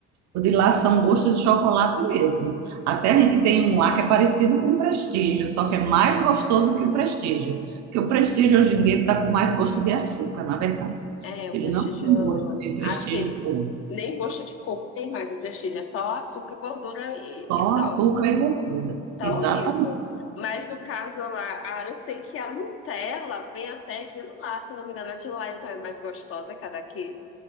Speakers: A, on the right; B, on the left.
A: o de lá são gostos de chocolate mesmo. Até a gente tem um lá que é parecido com o Prestígio, só que é mais gostoso que o Prestígio. Porque o Prestígio hoje em dia está com mais gosto de açúcar, na verdade.
B: É, o
A: Ele
B: Prestígio.
A: não tem gosto de Prestígio
B: Acho que
A: bom,
B: nem gosto de coco tem mais o Prestígio. É só açúcar, gordura e,
A: só
B: e sal.
A: açúcar e gordura.
B: Tá
A: Exatamente.
B: horrível. Mas no caso lá, ah, eu sei que a Nutella vem até de lá, se não me engano, é de lá, então é mais gostosa que a daqui.